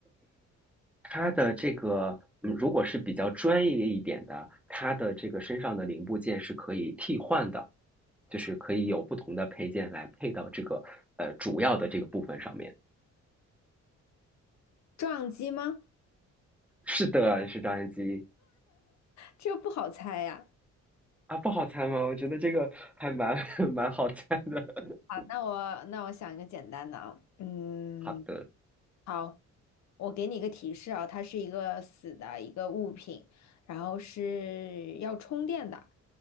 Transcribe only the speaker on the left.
撞击吗？
这个不好猜呀。
好，那我那我想一个简单的啊，嗯，
好。我给你一个提示啊，它是一个死的一个物品，然后是要充电的，